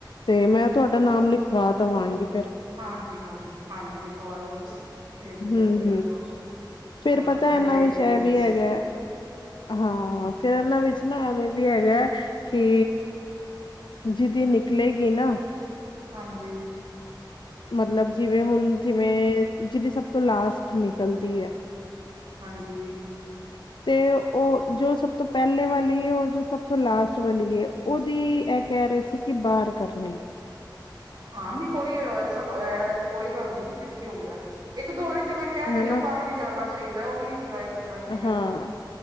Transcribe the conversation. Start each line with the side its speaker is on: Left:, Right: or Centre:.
Left: ਤੇ ਮੈਂ ਤੁਆਡਾ ਨਾਮ ਲਿਖਵਾ ਦਵਾਂਗੀ।
Right: ਹਾਂਜੀ, ਹਾਂਜੀ, ਹਾਂਜੀ, ਲਿਖਵਾ ਦੋ ਤੁਸੀ ਬੇਝਿਝਕ
Left: ਹੂੰ-ਹੂੰ।
Right: ਮੇਰਾ ਨਾਮ।
Left: ਫੇਰ
Right: ਹਾਂ
Left: ਪਤਾ
Right: ਮੈਂ
Left: ਇਨਾਂ
Right: ਦੇਖ
Left: ਵਿੱਚ
Right: ਹੀ
Left: ਐ
Right: ਰਹੀ
Left: ਵੀ ਹੈਗਾ,
Right: ਸੀ
Left: ਹਾਂ ਫੇਰ ਇਨਾਂ ਵਿੱਚ ਨਾ ਐਵੇਂ ਵੀ ਹੈਗਾ ਕਿ ਜਿਦੀ ਨਿਕਲੇਗੀ ਨਾ
Right: ਹਾਂਜੀ।
Left: ਮਤਲਬ ਜਿਵੇਂ ਹੁਨ ਜਿਵੇਂ ਜਿਦੀ ਸਬ ਤੋਂ ਲਾਸਟ ਨਿਕਲਦੀ ਐ
Right: ਹਾਂਜੀ।
Left: ਤੇ ਓ ਜੋ ਸਭ ਤੋਂ ਪੈਲੇ ਵਾਲੀ ਏ ਓਰ ਜੋ ਸਭ ਤੋਂ ਲਾਸਟ ਵਾਲੀ ਏ ਓਦੀ ਐ ਕੈ ਰਏ ਸੀ ਕਿ ਬਾਰ ਕਰਨੀ ਏ।
Right: ਹਾਂ ਨੀ ਕੋਈ ਐਸਾ ਤੇ ਕੋਈ ਗੱਲ ਨਈ ਫੇਰ ਕਿ ਹੋ ਗੇਆ, ਇੱਕ-ਦੋ ਵਾਰੀ ਤੇ ਮੈਂ ਕੈ ਰਈ
Left: ਹਨਾ
Right: ਆ ਬਾਰ ਵੀ ਜਾਨਾ ਚਾਈਦਾ ਓ ਵੀ ਇੰਜੋਏ ਕਰਨਾ ਚਾਈਦਾ,
Left: ਹਾਂ,